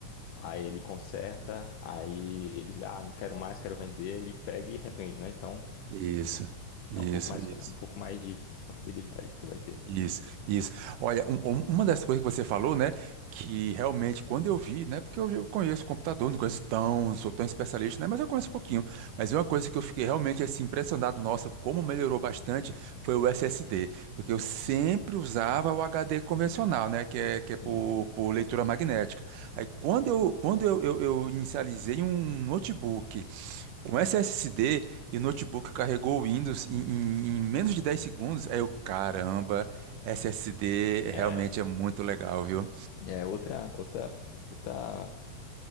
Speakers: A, on the left; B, on the right.
A: Aí ele conserta, aí ele, ah, não quero mais, quero vender, ele pega e revende, né? Então
B: isso, isso,
A: é um pouco mais,
B: isso.
A: um pouco mais de confiabilidade que tu vai ter.
B: Isso, isso. Olha, um- um- uma das coisas que você falou, né, que realmente quando eu vi, né, porque eu eu conheço computador, não conheço tão, sou tão especialista, né, mas eu conheço um pouquinho. Mas uma
A: Hum.
B: coisa que eu fiquei realmente assim impressionado, nossa, como melhorou bastante, foi o SSD, porque eu sempre usava o HD convencional, né, que é, que é por,
A: Sim.
B: por leitura magnética. Aí quando eu, quando eu, eu, eu inicializei um notebook com SSD e o notebook carregou o Windows em, em- em menos de 10 segundos, aí eu, caramba, SSD
A: É,
B: realmente é muito legal, viu?
A: é outra, outra, outra.